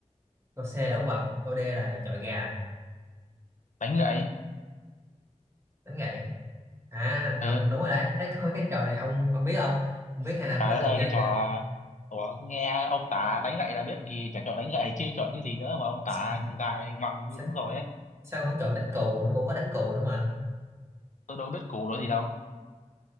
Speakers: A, on the right; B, on the left.
A: câu C là đấu vật câu D là chọi gà
B: đánh gậy.
A: đánh gậy à
B: Ừ
A: ông gần đúng rồi đấy thấy có cái trò này ông ông biết không ông biết hay là ông
B: Trời
A: đã
B: đất
A: từng
B: ơi
A: chơi
B: cái trò
A: chưa
B: Ủa, nghe ông tả đánh gậy là biết thì chẳng chọn đánh gậy chứ chọn cái gì nữa mà ông tả
A: <laughs>
B: dài ngoằng như
A: sao,
B: đúng rồi ấy
A: sao ông không chọn đánh cù nó cũng có đánh cù nữa
B: tôi đâu biết củ đó gì đâu